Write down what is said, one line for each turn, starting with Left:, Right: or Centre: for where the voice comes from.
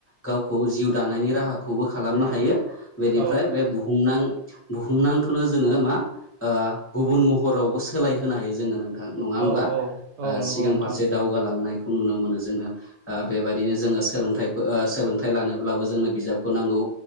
Left: गावखौ जिउ दानायनि राहाखौबो खालामनो हायो। बेनिफ्राय
Right: औ
Left: बे बुहुमनां बुहुमनांखौनो जोङो मा गुबुन महरावबो सोलाय होनो हायो जोङो नों नङा होनब्ला
Right: औ औ औ नंगौ
Left: सिगां
Right: नोंथां
Left: फारसे दावगालांनायखौ नुनो मोनो जोङो। बेबायदिनो जोङो सोलोंथाइ सोलोंथाइ लानोब्लाबो जोंनो बिजाबखौ नांगौ।